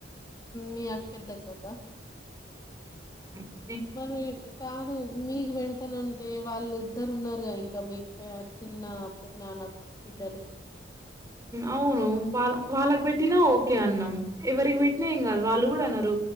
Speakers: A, on the left (about 20°); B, on the right (about 15°).
A: మీ అక్క పెద్దక్కక
B: ఉ
A: మరి కాదు మీగి బడ అతనంటే వాళ్ళు ఇద్దరు ఉన్నారుగా ఇంకా మీ చిన్న పెద్ద నాన్న బిడ్డలు
B: అవును వాళ్ళ వాళ్ళకు పెట్టినా ఓకే అన్నాం ఎవరికి పెట్టినా ఏం కాదు వాళ్ళు కూడా అన్నారు